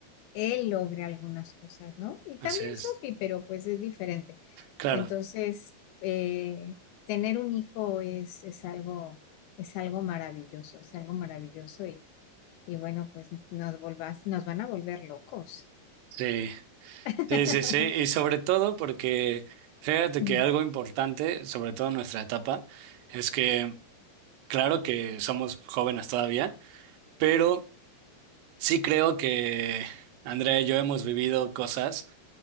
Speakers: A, on the left (about 80°); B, on the right (about 85°).
A: él logre algunas cosas, ¿no? Y
B: Así
A: también
B: es.
A: Sophie, pero pues es diferente.
B: Claro.
A: Entonces, eh, tener un hijo es, es algo, es algo maravilloso, es algo maravilloso y, y bueno, pues nos volvás, nos van a volver locos.
B: Sí,
A: <laughs>
B: sí, sí, sí. Y sobre todo porque fíjate
A: Mm.
B: que algo importante, sobre todo en nuestra etapa, es que claro que somos jóvenes todavía pero sí creo que Andrea y yo hemos vivido cosas